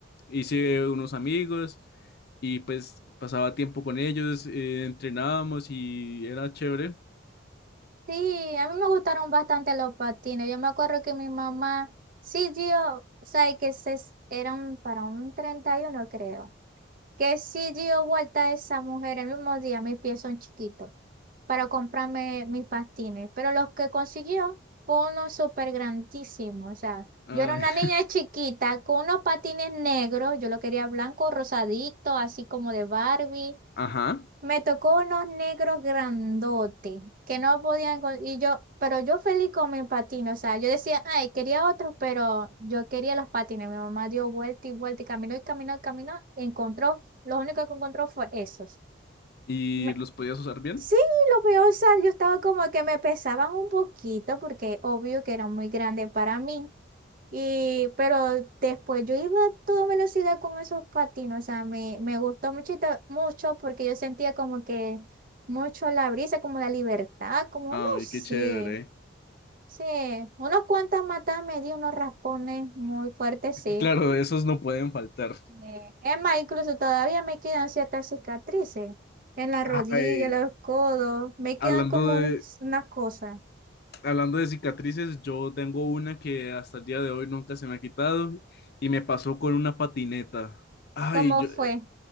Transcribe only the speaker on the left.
Hice unos amigos y pues pasaba tiempo con ellos, eh, entrenábamos y era chévere.
Ay,
<laughs>
Ajá,
y
los podías usar bien.
Ay,
qué chévere.
Claro, esos no pueden faltar.
Ay,
Hablando
de,
hablando de cicatrices, yo tengo una que hasta el día de hoy nunca se me ha quitado y me pasó con una patineta. Ay,
yo,